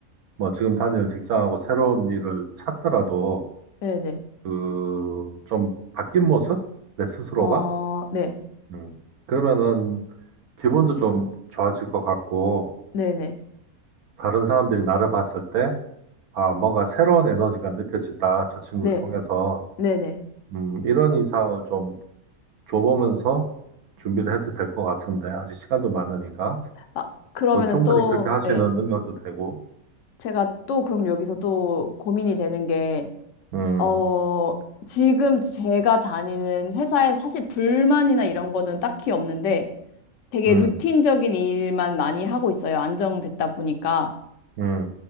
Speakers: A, on the right; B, on the left.
A: 뭐 지금 다니는 직장하고 새로운 일을 찾더라도
B: 네네.
A: 그 좀 바뀐 모습? 내 스스로가?
B: 어, 네,
A: 음. 그러면은 기분도 좀 좋아질 것 같고
B: 네 네,
A: 다른 사람들이 나를 봤을 때 아, 뭔가 새로운 에너지가 느껴진다. 저 친구를
B: 네,
A: 통해서
B: 네 네.
A: 음, 이런 인상을 좀 줘보면서 준비를 해도 될 것 같은데 아직 시간도 많으니까
B: 아, 그러면은
A: 또 충분히
B: 또,
A: 그렇게 할 수
B: 예.
A: 있는 능력도 되고
B: 제가 또 그럼 여기서 또 고민이 되는 게,
A: 음,
B: 어, 지금 제가 다니는 회사에 사실 불만이나 이런 거는 딱히 없는데 되게
A: 음,
B: 루틴적인 일만 많이 하고 있어요. 안정됐다 보니까.
A: 음,